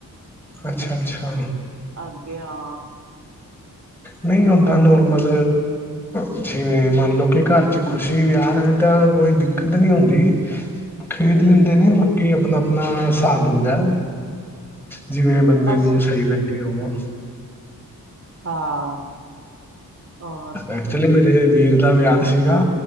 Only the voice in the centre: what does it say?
ਅੱਛਾ, ਅੱਛਾ।
ਨਹੀਂ ਹੁੰਦਾਂ
ਨੋਰਮਲ।
ਜਿਵੇਂ ਮੰਨ ਲਓ ਕਿ ਘਰ ਚ ਖੁਸ਼ੀ ਵਿਆਹ ਹੈਂ ਤਾਂ ਕੋਈ ਦਿੱਕਤ ਨੀਂ ਹੁੰਦੀਂ। ਖ਼ਰੀਦ ਲੈਂਦੇ ਨੇਂ ਬਾਂਕੀ ਆਪਣਾਂ ਆਪਣਾਂ ਹਿਸਾਬ ਹੁੰਦਾਂ ਜਿਵੇਂ। ਬੰਦੇ
ਨੂੰ ਸਹੀ ਲੱਗੇਂ ਉਵਾ।
ਐਕਚੁਅਲੀ ਮੇਰੇ ਵੀਰ ਦਾ ਵਿਆਹ ਸੀਗਾ।